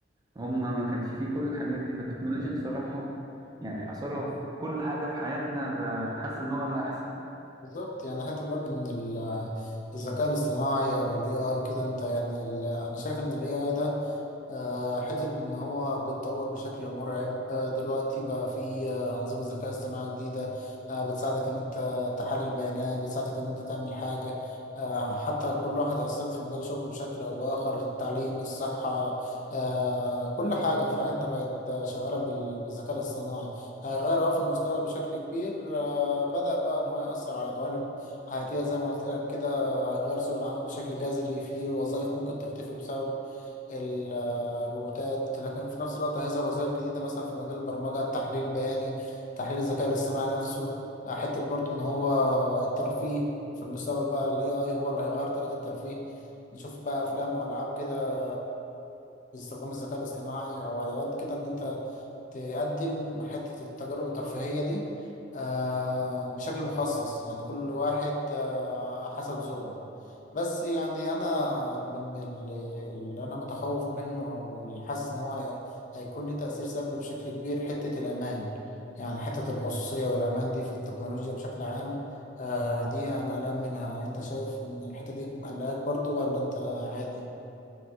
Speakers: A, on the right; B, on the left.
A: هم ما كانش فيه كل الحاجات دي فالتكنولوجيا الصراحة يعني أثرها في كل حاجة في حياتنا بحس إن هو اللي أحسن
B: بالظبط يعني حتى برضه ان ال- الذكاء الاصطناعي او الاي اي كده انت يعني ال- انا شايف ان الاي اي ده آه، حتة إن هو بيتطور بشكل مرعب آه، دلوقتي بقى في آه، أنظمة ذكاء اصطناعي جديدة آه، بتساعدك إن أنت تحلل بيانات بتساعدك إن أنت تعمل حاجة آه، حتى كل واحدة أثرت في مجال شغله بشكل أو بآخر التعليم الصحة آه، كل حاجة في حياتنا بقت آه، شغالة بال- بالذكاء الاصطناعي هيغير أه في المستقبل بشكل كبير آه، بدأ بقى إن هو يأثر على جوانب حياتية زي ما قلت لك كده هيغير سوق العمل بشكل جذري في وظائف ممكن تختفي بسبب ال- الروبوتات لكن في نفس الوقت هيظهر وظائف جديدة مثلا في مجال البرمجة التحليل البياني تحليل الذكاء الاصطناعي نفسه حتة برضو إن هو الترفيه في المستقبل بقى ال AI هو اللي هيغير طريقة الترفيه نشوف بقى أفلام وألعاب كده باستخدام الذكاء الاصطناعي أو أدوات كده إن أنت تقدم حتة التجارب الترفيهية دي آه، بشكل مخصص يعني كل واحد آه، حسب ذوقه بس يعني أنا من ال- اللي أنا متخوف منه أو اللي حاسس إن هو هي- هيكون ليه تأثير سلبي بشكل كبير حتة الأمان يعني حتة الخصوصية والأمان دي في التكنولوجيا بشكل عام آه، دي أنا قلقان منها أنت شايف إن الحتة دي مقلقاك برضو ولا أنت عادي؟